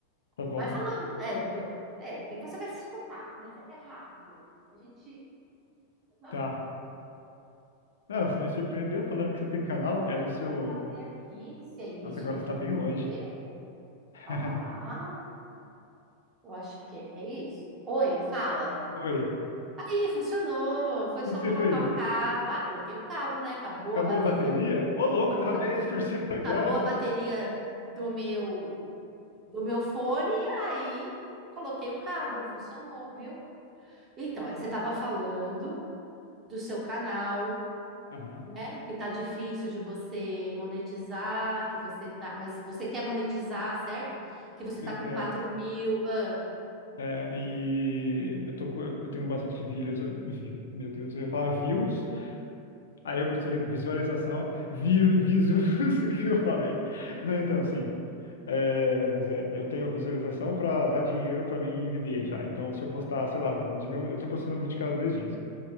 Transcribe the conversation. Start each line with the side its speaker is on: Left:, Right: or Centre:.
Left: Tá bom.
Right: Vai falando. É, p- é, que você vai se escutar, mas é rápido. A gente vai
Left: Tá. Não, você me surpreendeu falando que você tem canal.
Right: fazer
Left: É do
Right: o que
Left: seu.
Right: eu quero fazer aqui, se é isso
Left: Nossa, agora
Right: que eu tenho
Left: você tá bem
Right: que fazer.
Left: longe. <laughs>
Right: Calma lá. Eu acho que é isso. Oi, fala.
Left: Oi.
Right: Aí, funcionou. Foi
Left: O
Right: só
Left: que que você
Right: colocar
Left: fez?
Right: o cabo. Ah, coloquei o cabo, né? Acabou
Left: Acabou
Right: a bateria
Left: a bateria?
Right: do
Left: Ô, louco, tava
Right: acabou,
Left: 10% agora.
Right: acabou a bateria do meu do meu fone. Aí eu coloquei o cabo, funcionou, viu? Então, aí você estava falando do seu canal,
Left: Aham,
Right: né? Que tá difícil de você monetizar, que você tá, mas você quer monetizar, certo? Que você
Left: eu
Right: tá com
Left: quero.
Right: quatro mil. ah.
Left: É, e eu tô com, eu tenho bastante views, view, meu Deus, eu ia falar views, aí eu misturei com visualização, vi, visu, <laughs> o que eu falei. Não, então, sim, é, mas é, eu tenho visualização pra dar dinheiro pra mim viver já. Então, se eu postar, sei lá, digamos, eu tô postando um vídeo cada dois dias,